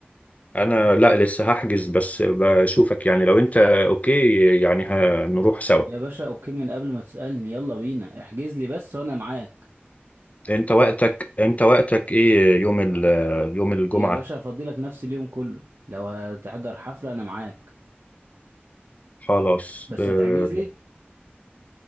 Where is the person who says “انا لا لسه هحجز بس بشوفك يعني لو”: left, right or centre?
Left